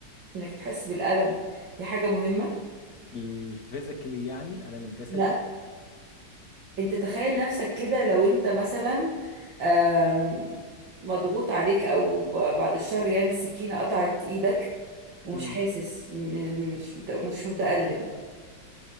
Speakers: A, on the right; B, on the left.
A: انك تحس بالألم دي حاجة مهمة
B: الفيزيكالي يعني الألم الجسدي
A: لا انت تخيل نفسك كده لو انت مثلا آم، مضغوط عليك او ب- بعد الشر يعني السكينة قطعت ايدك ومش
B: امم
A: حاسس م- مش مت- مش متألم